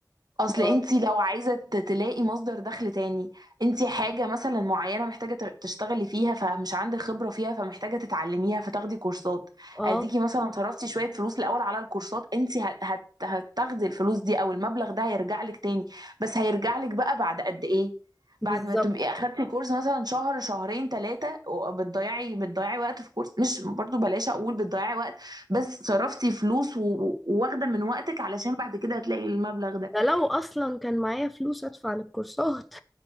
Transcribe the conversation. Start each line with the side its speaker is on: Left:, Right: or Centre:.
Right: اصل
Centre: ما-
Right: انتي لو عايزه ت- تلاقي مصدر دخل تاني انتي حاجه مثلا معينه محتاجه ت- تشتغلي فيها فمش عندك خبره فيها فمحتاجه تتعلميها فتاخدي كورسات
Centre: اه
Right: اديكي مثلا صرفتي شويه فلوس الاول على الكورسات انتي هت- هت- هتاخدي الفلوس دي او المبلغ ده هيرجع لك تاني بس هيرجع لك بقى بعد قد ايه
Centre: بالظبط
Right: بعد ما تبقي اخدتي كورس مثلا شهر شهرين ثلاثه بتضيعي بتضيعي وقت في كورس مش برضو بلاش اقول بتضيعي وقت بس صرفتي فلوس و- و- وواخده من وقتك علشان بعد كده هتلاقي المبلغ ده
Centre: ده لو اصلا كان معايا فلوس ادفع للكورسات